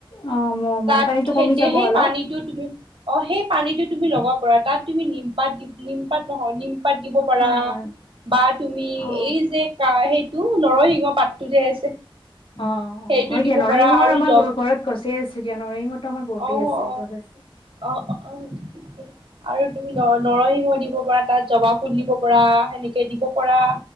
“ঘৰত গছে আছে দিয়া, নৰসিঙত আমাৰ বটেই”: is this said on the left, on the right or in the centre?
Left